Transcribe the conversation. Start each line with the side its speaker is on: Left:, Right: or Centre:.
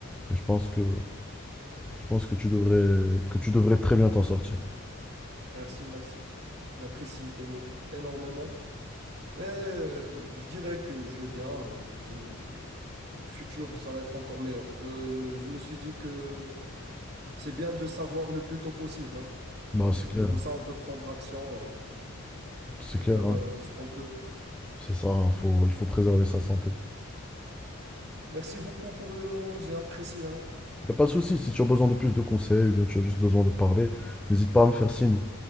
Centre: mais je pense que, je pense que tu devrais, que tu devrais très bien t'en sortir.
Right: Merci, merci. J'apprécie tes mots énormément. Et euh, je dirais que je vais bien. hein. Une- euh, le futur, ça va être encore meilleur. Euh, je me suis dit que c'est bien de savoir le plus tôt possible. hein.
Centre: Bah
Right: Euh,
Centre: c'est clair,
Right: comme ça, on peut prendre action
Centre: c'est
Right: euh,
Centre: clair,
Right: et faire
Centre: hein.
Right: euh, ce qu'on peut.
Centre: C'est ça, hein, faut, il faut préserver sa santé.
Right: Merci beaucoup pour les mots, j'ai apprécié. hein.
Centre: Il n'y a pas de souci, si tu as besoin de plus de conseils ou bien tu as juste besoin de parler, n'hésite pas à me faire signe.